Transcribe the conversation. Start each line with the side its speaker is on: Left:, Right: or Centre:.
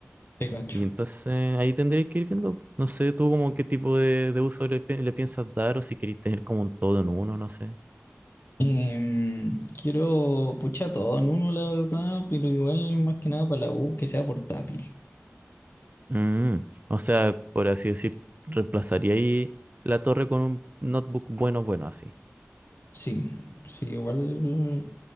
Left: te cacho.
Right: Y entonces ahí tendréis que ir viendo, no sé tú como qué tipo de, de uso le, pi- le piensas dar o si queréis tener como un todo en uno, no sé.
Left: Em, quiero, pucha, todo en uno, la verdad, pero igual más que nada para la U que sea portátil.
Right: Mm, o sea, por así decir, reemplazaría ahí la torre con un notebook bueno, bueno, así.
Left: Sí, sí, igual,